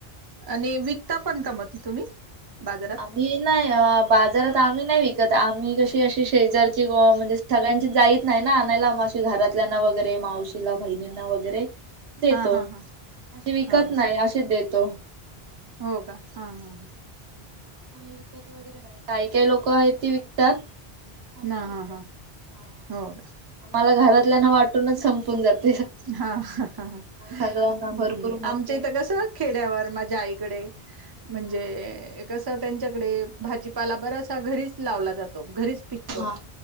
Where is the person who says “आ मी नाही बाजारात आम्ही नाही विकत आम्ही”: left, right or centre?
Right